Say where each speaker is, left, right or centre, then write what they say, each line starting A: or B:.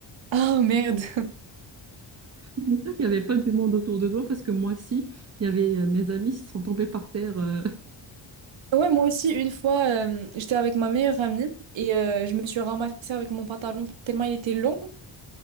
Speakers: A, on the right; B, on the right.
A: Oh merde.
B: J'espère qu'il n'y avait pas du monde autour de toi parce que moi, si, il y avait euh, mes amis qui sont tombés par terre. euh,
A: Ouais, moi aussi, une fois, euh, j'étais avec ma meilleure amie et euh, je me suis ramassée avec mon pantalon tellement il était long.